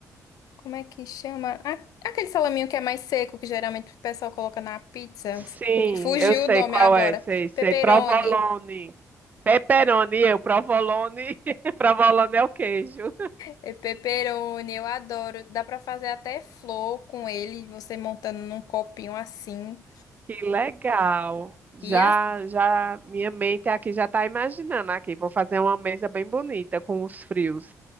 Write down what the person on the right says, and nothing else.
Sim,
eu sei
qual
é. Sei, sei.
Provolone. Pepperoni, eu. Provolone. <laughs> Provolone é o queijo.
Que legal. Já,
já, minha mente aqui já está imaginando aqui. Vou fazer uma mesa bem bonita com os frios.